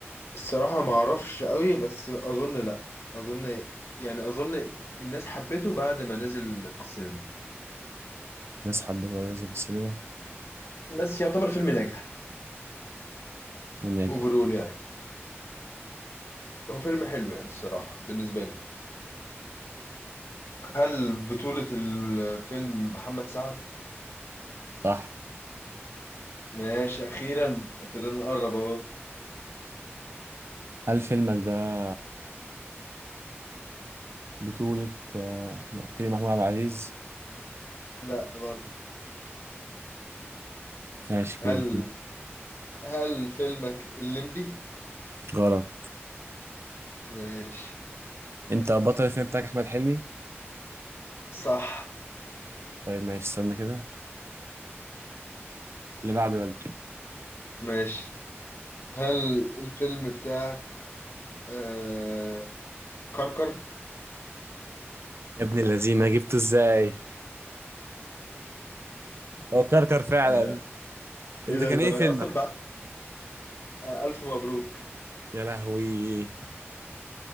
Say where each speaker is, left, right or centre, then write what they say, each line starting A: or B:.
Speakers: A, on the left; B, on the right.
A: الصراحة ما اعرفش قوي بس اظن لا اظن يعني اظن الناس حبته بعد ما نزل في السينما
B: ناس حبته ولا نزل في السينما
A: بس يعتبر فيلم ناجح
B: ونجح
A: اوفرول يعني هو فيلم حلو يعني الصراحة بالنسبة لي هل بطولة الفيلم محمد سعد؟
B: صح
A: ماشي أخيرا ابتدينا نقرب أهو
B: هل فيلمك ده بطولة آه، لا، كريم محمود عبد العزيز
A: لا غلط
B: ماشي
A: هل
B: قول
A: هل فيلمك الليمبي؟
B: غلط
A: ماشي
B: انت بطل الفيلم بتاعك احمد حلمي
A: صح
B: طيب ماشي استنى كده اللي بعده يلا
A: ماشي هل الفيلم بتاعك آه... كركر؟
B: يا ابن اللذينه جبته ازاي هو كركر فعلا
A: <laughs> ايه
B: انت
A: ده
B: كان
A: ده
B: ايه
A: انا
B: فيلمك
A: اصلا بقى آه، الف مبروك
B: يا لهوي